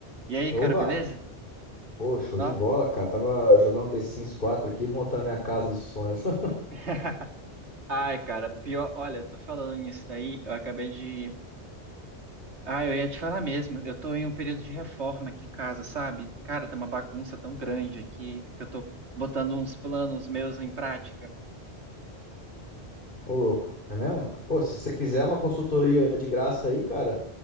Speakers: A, on the right; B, on the left.
A: E aí,
B: Oba!
A: cara, beleza?
B: Pô, show
A: Nossa.
B: de bola, cara. Tava jogando The Sims 4 aqui, montando minha casa dos sonhos. <laughs>
A: <laughs> Ai, cara, pior. Olha, eu tô falando nisso daí, eu acabei de. Ah, eu ia te falar mesmo. Eu tô em um período de reforma aqui em casa, sabe? Cara, tá uma bagunça tão grande aqui que eu tô botando uns planos meus em prática.
B: Ô, louco. É mesmo? cara? Ô, se você quiser uma consultoria de graça aí, cara,